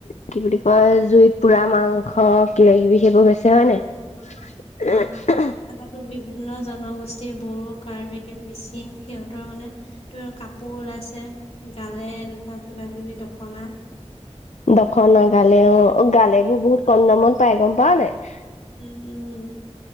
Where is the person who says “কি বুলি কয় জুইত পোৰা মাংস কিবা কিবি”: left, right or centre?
Left